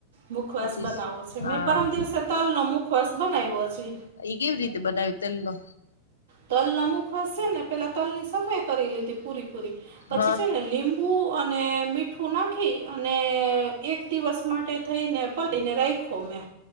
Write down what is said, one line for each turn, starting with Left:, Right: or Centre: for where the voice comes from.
Right: મુખવાસ
Left: પચીસ
Right: બનાવો છે
Left: હા
Right: મેં પરમ દિવસે તલ નો મુખવાસ બનાવ્યો છે.
Left: એગ એવી રીતે બનાવી તેલનો.
Right: તલ નમુકવાસશે ને પેલા તલ ની સફાઈ કરી લીધી પૂરી પૂરી પછી
Left: હા
Right: છે ને લીમ. પૂ અને મીઠું નાખી? અને એક દિવસ માટે થઈને. થઈને રાઈખોમે.